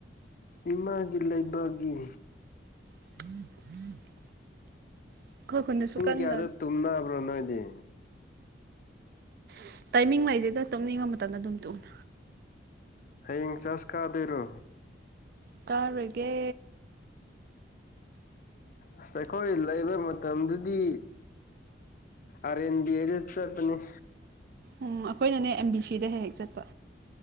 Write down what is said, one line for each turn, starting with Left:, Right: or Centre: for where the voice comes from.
Left: ꯏꯃꯥꯒꯤ ꯂꯩꯕꯥꯛꯒꯤ
Right: <unintelligible> ꯑꯩꯈꯣꯏ ꯈꯨꯟꯗꯁꯨ
Left: ꯄꯨꯡ
Right: ꯀꯟꯅ
Left: ꯀꯌꯥꯗ ꯇꯨꯝꯅꯕ꯭ꯔꯣ ꯅꯣꯏꯗꯤ
Right: ꯑꯁ ꯇꯥꯏꯃꯤꯡ ꯂꯩꯗꯦꯗ ꯇꯨꯝꯅꯤꯡꯕ ꯃꯇꯝꯗ ꯑꯗꯨꯝ ꯇꯨꯝꯃꯦ
Left: ꯍꯌꯦꯡ ꯆ꯭ꯔꯁ ꯀꯥꯗꯣꯏꯔꯣ
Right: ꯀꯥꯔꯣꯏꯒꯦ
Left: ꯑꯁ ꯑꯩꯈꯣꯏ ꯂꯩꯕ ꯃꯇꯝꯗꯨꯗꯤ ꯑꯔꯦꯟꯗꯤꯌꯦꯗ ꯆꯠꯄꯅꯤ
Right: ꯎꯝ ꯑꯈꯣꯏꯅꯅꯦ ꯑꯦꯝ ꯕꯤ ꯁꯤꯗ ꯍꯦꯛ ꯍꯦꯛ ꯆꯠꯄ